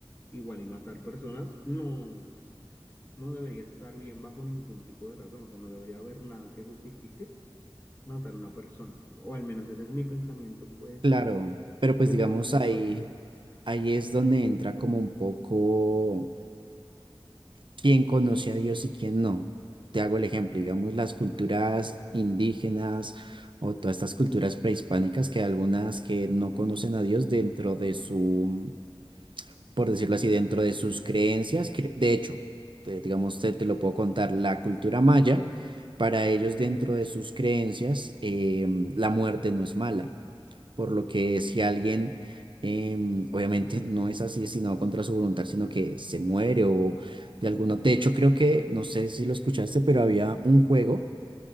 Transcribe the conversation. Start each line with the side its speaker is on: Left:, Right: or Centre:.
Left: igual y matar personas no, no debería estar bien bajo ningún tipo de razón, o sea, no debería haber nada que justifique matar a una persona, o al menos ese es mi pensamiento, pues,
Right: claro. Pero pues
Left: pues
Right: digamos
Left: digamos, católico.
Right: ahí, ahí es donde entra como un poco quién conoce a Dios y quién no. Te hago el ejemplo, digamos, las culturas indígenas o todas estas culturas prehispánicas que hay algunas que no conocen a Dios dentro de su, por decirlo así, dentro de sus creencias. cre- De hecho, te- digamos, te, te lo puedo contar, la cultura maya, para ellos dentro de sus creencias, em, la muerte no es mala por lo que si alguien em, obviamente no es asesinado contra su voluntad, sino que se muere o de alguna... De hecho, creo que, no sé si lo escuchaste, pero había un juego